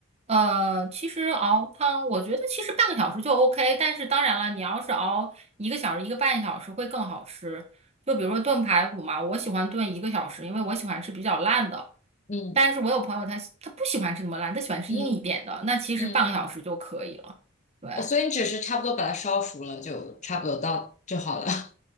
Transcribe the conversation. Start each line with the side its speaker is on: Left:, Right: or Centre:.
Right: 呃，其实熬汤，我觉得其实半个小时就 OK，但是当然了，你要是熬一个小时、一个半小时会更好吃。就比如说炖排骨嘛，我喜欢炖一个小时，因为我喜欢吃比较烂的，
Left: 嗯
Right: 但是我有朋友他他不喜欢吃那么烂，他喜欢吃硬一点的，
Left: 嗯
Right: 那其实半个小时就可以了。
Left: 嗯，
Right: 对。
Left: 哦，所以你只是差不多把它烧熟了，就差不多到就好了。